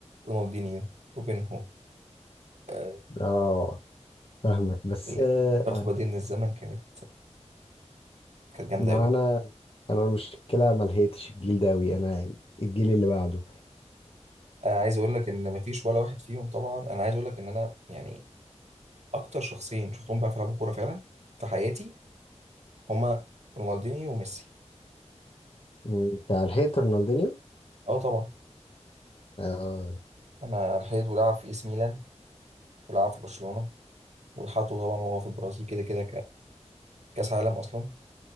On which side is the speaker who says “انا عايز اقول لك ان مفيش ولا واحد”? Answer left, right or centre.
Right